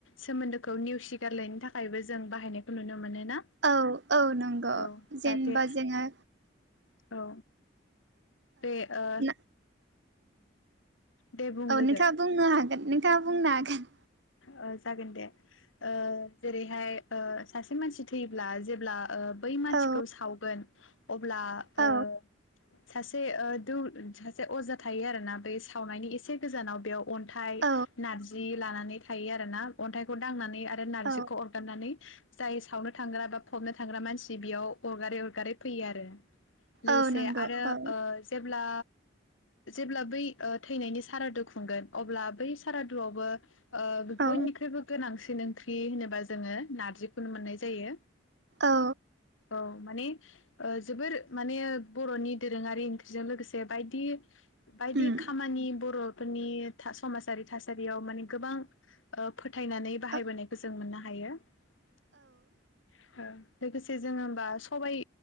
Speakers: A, on the left (about 80°); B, on the right (about 65°).
A: सोमोन्दो खौ नेवसिगारलायनो थाखायबो जों बाहायनायखौ नुनो मोनो ना
B: औ औ नोंगौ
A: औ
B: जेनेबा
A: जाहाथे
B: जोङो
A: औ बे ओ
B: ना
A: दे बुं
B: औ
A: लोगो
B: नोंथाङा बुंनो हागो नोंथाङा बुंनो हागोन
A: ओ जागोन दे ओ जेरैहाय ओ सासे मानसि थैब्ला जेब्ला ओ बै मानसिखौ
B: ओ
A: सावगोन अब्ला
B: औ
A: ओ सासे ओ दौ सासे अजा थायो आरोना बे सावनायनि एसे गोजानाव बेयाव अन्थाइ
B: औ
A: नारजि लानानै थायो आरो ना अन्थाइखौ दांनानै आरो नारजिखौ
B: औ
A: आगारनानै जाय सावनो थांग्रा बा फबनो थांग्रा मानसि बेयाव अरगारै अरगारै फैयो आरो लोगोसे
B: औ नंगौ
A: आरो ओ
B: औ
A: जेब्ला जेब्ला बै ओ थैनायनि सारादु खुंगोन अब्ला बै सारादुआवबो ओ बयनिख्रुइबो
B: औ
A: गोनांसिन ओं ओंख्रि होनोबा जोङो नारजिखौनो मोननाय जायो
B: औ
A: औ माने ओ जोबोर माने बर'नि दोरोङारि ओं बेजों लोगोसे बायदि बायदि
B: उम
A: खामानि बर'फोर नि थास समाजआरि था सारियाव माने गोबां ओ फोथायनानै बाहायबोनायखौ
B: औ
A: जों मोननो हायो। ओ लोगोसे जोङो होमबा सबाइ